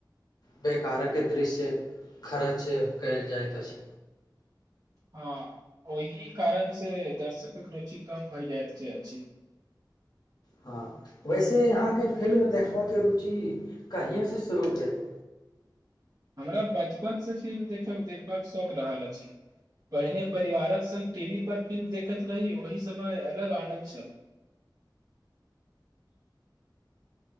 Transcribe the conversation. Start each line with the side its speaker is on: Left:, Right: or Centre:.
Left: बेकारक दृश्य खर्च कयल जाइत अछि
Right: हँ ओहि कारण से दर्शकक रुचि कम भय जायइत अछि
Left: हँ वैसे अहाँके फिल्म देखबऽके रुचि कहिएसँ शुरू भेल
Right: हमरा बचपनसँ फिल्म देख देखबाक शौक रहल अछि पहिने परिवारक संग टी वी पर फिल्म देखैत रही ओहि समय अलग आनंन्द छल